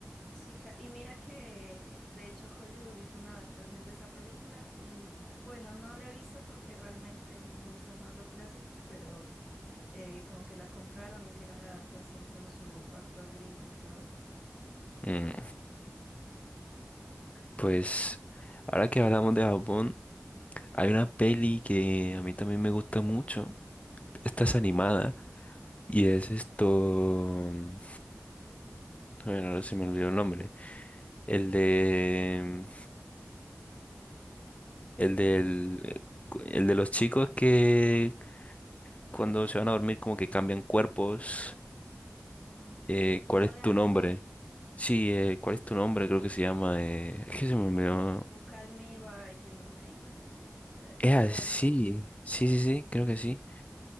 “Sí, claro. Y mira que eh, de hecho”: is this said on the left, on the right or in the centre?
Centre